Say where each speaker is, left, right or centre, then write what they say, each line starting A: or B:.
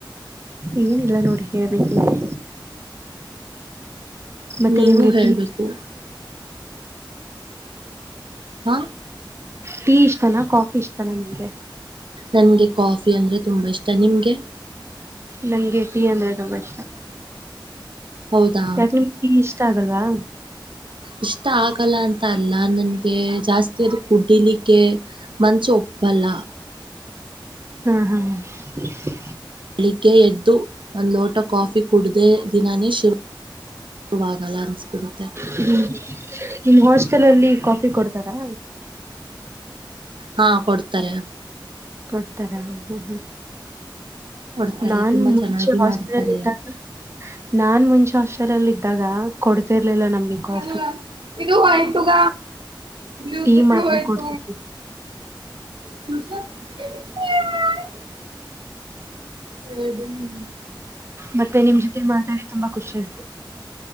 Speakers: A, on the right (about 30°); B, on the right (about 80°).
A: ಏನಿಲ್ಲ ನೋಡಿ ಹೇಳ್ಬೇಕು ನೀವೇ ಮತ್ತೆ
B: ನೀವು
A: ನಿಮ್ಗೆ
B: ಹೇಳ್ಬೇಕು
A: ಟೀ
B: ಹಾ
A: ಟೀ ಇಷ್ಟತಾನ ಕಾಫಿ ಇಷ್ಟತಾನ ನಿಂಗೆ
B: ನನಗೆ ಕಾಫಿ ಅಂದರೆ ತುಂಬ ಇಷ್ಟ ನಿಮಗೆ
A: ನಂಗೆ ಟೀ ಅಂದ್ರೆ ತುಂಬಾ ಇಷ್ಟ
B: ಹೌದಾ
A: ಯಾಕಮ ಟಿ ಇಷ್ಟ ಆಗಲ್ವಾ
B: ಇಷ್ಟ ಆಗಲ್ಲ ಅಂತ ಅಲ್ಲ ನನಗೆ ಜಾಸ್ತಿ ಅದು ಕುಡಿಲಿಕ್ಕೆ ಮನಸ ಒಪ್ಪಲ್ಲ
A: ಹ್ಮ್ ಹ್ಮ್ ಹ
B: ಬೆಳಿಗ್ಗೆ ಎದ್ದು ಒಂದು ಲೋಟ ಕಾಫಿ ಕುಡ್ದ ದಿನನ ಶುರು ಗಳ ಅನ್ಸ್ಬಿಡುತ್ತಾ
A: ಹ್ಮ್ ನಿಮ್ಮ್ ಹಾಸ್ಟೆಲ್ ಅಲ್ಲಿ ಕಾಫಿ ಕೊಡ್ತಾರಾ
B: ಹಾ ಕೊಡ್ತಾರೆ
A: ಕೊಡ್ತಾರ ಹ್ಮ್ ಹ್ಮ್
B: ಕೊಡ್ತಾರೆ
A: ನಾನ್
B: ತುಂಬಾ
A: ಮುಂಚೆ
B: ಚೆನ್ನಾಗಿ
A: ಹಾಸ್ಟೆಲ್ಲ್
B: ಮಾಡಿರ್ತಾರೆ
A: ಇದ್ದಾಗ ನಾನ್ ಮುಂಚೆ ಹಾಸ್ಟೆಲ್ ಅಲ್ಲಿ ಇದ್ದಾಗ ಕೊಡ್ತಿರ್ಲಿಲ್ಲ ನಮ್ಗೆ ಕಾಫಿ
B: ಅ ಇದು ಒತಗ <unintelligible> ಬತ
A: ಟೀ ಮಾತ್ರ
B: ಹೊಯತ
A: ಕೊಡ್ತಿದ್ವಿ
B: ತಸ <unintelligible> ಹ ಹೇಳ್ದ ನಿಮ
A: ಮತ್ತೆ ನಿಮ್ ಜೊತೆ ಮಾತಾಡಿ ತುಂಬಾ ಖುಷಿ ಆಯತು